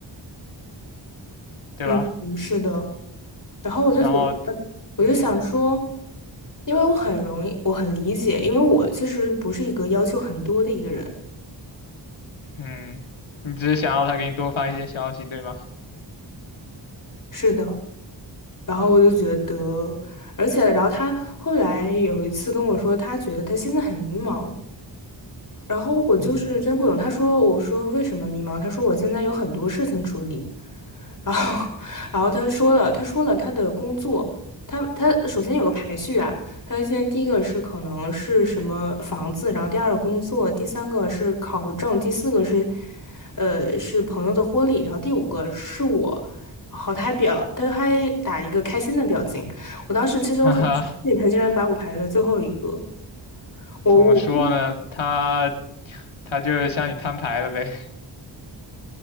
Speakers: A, on the left; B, on the left.
A: 对吧？
B: 嗯，嗯是的，然后我就觉得，
A: 然后，
B: 我就想说，
A: 嗯
B: 因为我很容易，我很理解，因为我其实不是一个要求很多的一个人，
A: 嗯，你只是想要他给你多发一些消息，对吗？
B: 是的，然后我就觉得，而且然后他后来有一次跟我说，他觉得他现在很迷茫。然后我就是真不懂，
A: 嗯，
B: 他说，我说为什么迷茫？他说我现在有很多事情处理，然后，然后他说了，他说了他的工作，他他首先有个排序啊，他先第一个是可能是什么房子，然后第二个工作，第三个是考证，第四个是，呃，是朋友的婚礼，然后第五个是我，然后他还表，他还打了一个开心的表情，我当时其实我很生气，
A: <laughs> 哈哈，
B: 他竟然把我排在最后一个，我我
A: 怎么说呢？他他就是向你摊牌了呗。